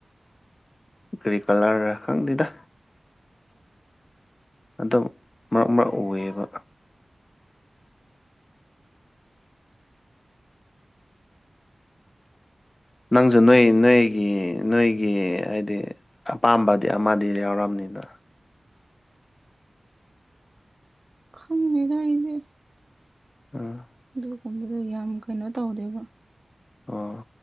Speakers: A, on the left; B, on the right.
A: ꯀꯔꯤ ꯇꯔꯥꯂ ꯈꯪꯗꯦꯗ ꯑꯗꯨ ꯃꯔꯛ ꯃꯔꯛ ꯑꯣꯏꯌꯦꯕ ꯅꯪꯁꯨ ꯅꯣꯏ ꯅꯣꯏꯒꯤ ꯅꯣꯏꯒꯤ ꯍꯥꯏꯗꯤ ꯑꯄꯥꯝꯕꯗꯤ ꯑꯃꯗꯤ ꯌꯥꯎꯔꯝꯅꯤꯅ
B: ꯈꯪꯗꯦꯗ ꯑꯩꯗꯤ
A: ꯎꯝ
B: ꯑꯗꯨꯒꯨꯝꯕꯗꯣ ꯌꯥꯝ ꯀꯩꯅꯣ ꯇꯧꯗꯦꯕ
A: ꯑꯥ